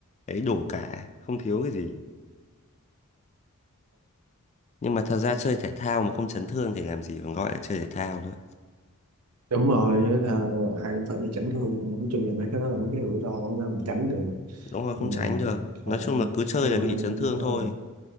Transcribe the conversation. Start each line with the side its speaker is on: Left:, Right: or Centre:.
Left: đấy đủ cả không thiếu cái gì nhưng mà thật ra chơi thể thao mà không chấn thương thì làm gì còn gọi là chơi thể thao nữa
Right: đúng rồi với thao ai cũng phải bị chấn thương nói chung là mấy
Left: Ừ,
Right: cái đó là mấy cái rủi ro không ra mình tránh được
Left: đúng rồi không
Right: nhưng
Left: tránh
Right: mà
Left: được nói
Right: ờ,
Left: chung là cứ chơi
Right: nhưng
Left: là
Right: mà
Left: bị chấn thương
Right: ờ,
Left: thôi